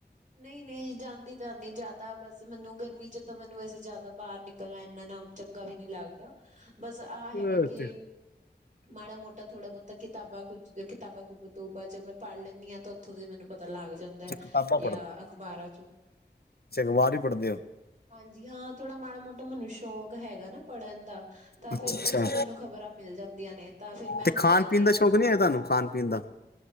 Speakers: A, on the right (about 45°); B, on the left (about 60°).
A: ਨਈ-ਨਈ ਜਾਂਦੀ ਤਾਂ ਨੀ ਜਾਦਾ ਬਸ ਸ ਮਨੂੰ ਗਰਮੀ ਚ ਤਾਂ ਮੈਨੂੰ ਵੈਸੇ ਜਾਦਾ ਬਾਰ ਨਿਕਲਣਾ ਇੰਨਾ ਨਾ ਚੰਗਾ ਵੀ ਨੀ ਲੱਗਦਾ। ਬਸ ਆ ਹੈਗਾ
B: ਇਹ
A: ਕੇ
B: ਤੇ
A: ਮਾੜਾ ਮੋਟਾ ਥੋੜ੍ਹਾ ਬੋਤਾ ਕਿਤਾਬਾਂ ਕੁਝ ਕਿਤਾਬਾਂ ਕੁੂਬ <unintelligible> ਚ ਪੜ੍ਹ ਲੇਨੀ ਆ <unintelligible> ਉੱਥੋਂ ਦੀ ਮੈਨੂੰ ਪਤਾ ਲੱਗ ਜਾਂਦੈ
B: ਅੱਛਾ ਕਿਤਾਬਾਂ
A: ਯਾਂ ਅਖ਼ਬਾਰਾਂ ਚੋਂ।
B: ਛ ਅਖ਼ਬਾਰ ਈ ਪੜ੍ਹਦੇ ਓ।
A: ਹਾਂਜੀ ਹਾਂ ਥੋੜਾ ਮਾੜਾ-ਮੋਟਾ ਮੈਨੂੰ ਸ਼ੌਕ ਹੈਗਾ ਨਾ ਪੜ੍ਹਨ ਦਾ ਤਾਂ
B: ਅੱਛਾ
A: ਫਿਰ ਓ ਥੋਂ ਮੈਨੂੰ ਖ਼ਬਰਾਂ ਮਿਲ ਜਾਂਦੀਆਂ ਨੇ ਤਾਂ ਫਿਰ ਮੈਂ
B: ਤੇ
A: ਹੁੰਦਾ
B: ਖਾਣ
A: ਹੈ
B: ਪੀਣ
A: ਕੀ
B: ਦਾ ਸ਼ੌਕ ਨਹੀਂ ਹੈ ਤੁਹਾਨੂੰ ਖਾਣ ਪੀਣ ਦਾ